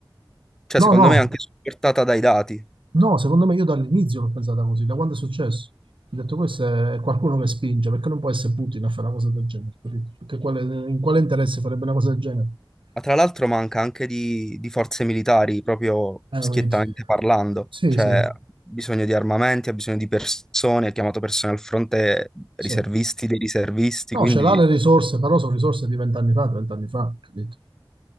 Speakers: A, in the centre; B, on the right (about 80°).
A: cioè,
B: no,
A: secondo
B: no,
A: me è anche supportata dai dati.
B: no, secondo me io dall'inizio l'ho pensata così, da quando è successo. Ho detto, questo è qualcuno che spinge, perché non può essere Putin a fare una cosa del genere, capito? Perché quale- in quale interesse farebbe una cosa del genere?
A: Ma tra
B: Sì.
A: l'altro manca anche di, di forze militari, proprio
B: Eh,
A: schiettamente
B: lo vedi.
A: parlando.
B: Sì,
A: Cioè,
B: sì,
A: ha bisogno di armamenti, ha bisogno di persone, ha chiamato persone al fronte, riservisti
B: sì.
A: dei riservisti,
B: No,
A: quindi
B: ce l'ha le risorse, però sono risorse di vent'anni fa, trent'anni fa, capito?